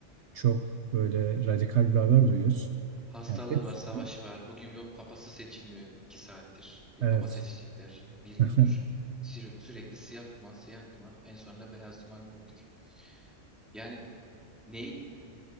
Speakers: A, on the right (about 65°); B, in the centre.
A: çok böyle radikal bir haber duyuyoruz.
B: Hastalığı
A: Yani hepsinden.
B: var, savaşı var. Bugün yok papası seçilmiyor iki saattir. Bir
A: Evet.
B: papa seçecekler bir gündür.
A: <laughs>
B: Sü- sürekli siyah duman, siyah duman. En sonunda beyaz duman gördük. Yani neyin